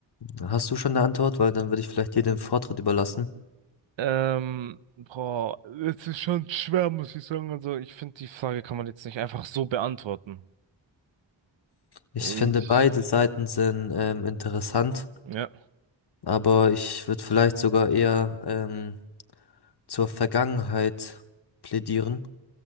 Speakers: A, on the left (about 55°); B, on the right (about 75°).
A: Hast du schon eine Antwort? Weil dann würde ich vielleicht dir den Vortritt überlassen.
B: Ähm, boah, es ist schon schwer, muss ich sagen. Also, ich finde, die Frage kann man jetzt nicht einfach so beantworten.
A: Ich
B: Ich,
A: finde, beide Seiten sind ähm, interessant,
B: ja,
A: aber ich würde vielleicht sogar eher ähm, zur Vergangenheit plädieren,